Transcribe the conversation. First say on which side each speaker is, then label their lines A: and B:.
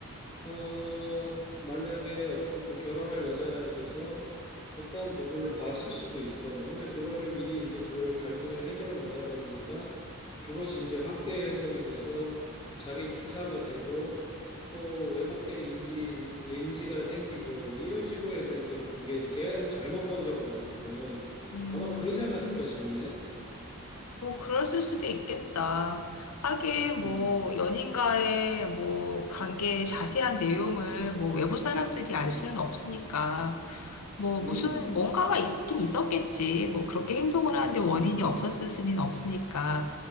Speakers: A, on the left (about 25°); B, on the left (about 90°).
A: 어, 만약에 어떤 그 결혼할 여자에게서 어떠한 부분을 봤을 수도 있어. 근데 그거를 미리 이제 그거를 갈등을 해결을 못 하다 보니까 그것이 이제 확대 해석이 돼서 자기 투사가 되고 또 왜곡된 인지, 인지가 생기고 이런 식으로 해서 이제 막 그게 계속 잘못 번져간 거거든.
B: 음.
A: 아마 그러지 않았을까 싶네.
B: 뭐, 그랬을 수도 있겠다. 하긴,
A: 음,
B: 뭐, 연인과의, 뭐, 관계의 자세한 내용을, 뭐, 외부 사람들이 알
A: 음,
B: 수는 없으니까. 뭐,
A: 음,
B: 무슨, 뭔가가 있긴 있었겠지. 뭐, 그렇게 행동을 하는데
A: 음,
B: 원인이 없었을 수는 없으니까.